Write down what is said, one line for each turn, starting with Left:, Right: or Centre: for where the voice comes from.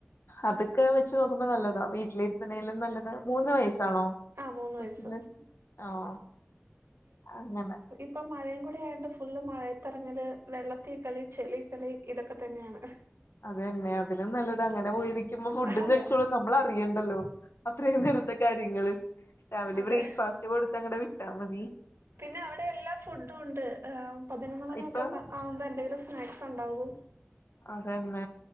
Left: അതൊക്കെ വെച്ച് നോക്കുമ്പോ നല്ലതാ വീട്ടിലിരുത്തണേലും നല്ലത് മൂന്ന് വയസ്സാണോ
Right: ആ മൂന്ന്
Left: കൊച്ചിന്
Right: വയസ്സ്
Left: ആഹ് അങ്ങനെ
Right: പ്പൊ മഴയും കൂടെ ആയോണ്ട് ഫുള്ള് മഴയത്തറങ്ങല് വെള്ളത്തി കളി ചെളി കളി ഇതൊക്കെ തന്നെയാണ്
Left: അതന്നെ, അതിലും നല്ലത് അങ്ങനെ പോയിരിക് ക്കുമ്പോ ഫുഡും
Right: അതെ
Left: കഴിച്ചോളും. നമ്മളറിയണ്ടല്ലോ അത്രയും നേര്ത്തെ കാര്യങ്ങള് രാവിലെ
Right: അതെ
Left: ബ്രേക്ഫാസ്റ്റ് കൊടുത്തങ്ങട്ട് വിട്ടാ മതി
Right: പിന്നെ അവിടെ എല്ലാ ഫുഡുണ്ട് പതിനൊന്ന് മണിയൊക്കെപ്പ
Left: ഇപ്പൊ
Right: ആവുമ്പോ എന്തെങ്കിലും സ്നാക്സ് ഉണ്ടാവും
Left: അതന്നെ